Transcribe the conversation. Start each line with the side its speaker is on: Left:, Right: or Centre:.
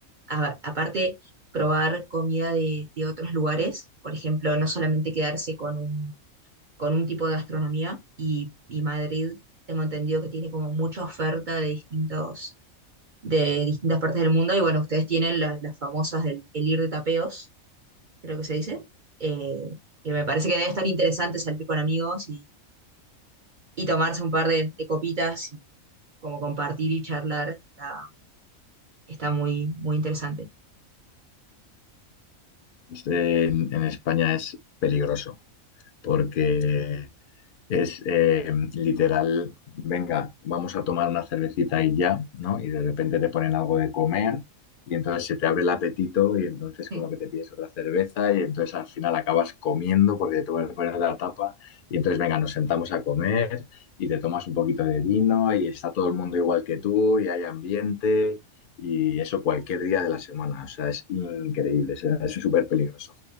Right: a- aparte, probar comida de, de otros lugares, por ejemplo, no solamente quedarse con un, con un tipo de gastronomía y, y Madrid, tengo entendido que tiene como mucha oferta de distintos, de distintas partes del mundo y bueno, ustedes tienen las, las famosas del el ir de tapeos creo que se dice, eh, que me parece que debe estar interesante salir con amigos y, y tomarse un par de, de copitas y como compartir y charlar, está, está muy, muy interesante.
Left: Este, en, en España es peligroso, porque Es eh, literal, venga, vamos a tomar una cervecita y ya, ¿no? Y de repente te ponen algo de comer y entonces se te abre el apetito y entonces
Right: Sí,
Left: como que te pides otra cerveza y entonces al final acabas comiendo porque te ponen poner la tapa y entonces venga, nos sentamos a comer y te tomas un poquito de vino y está todo el mundo igual que tú y hay ambiente y eso cualquier día de la semana, o sea, es increíble, o sea, es súper peligroso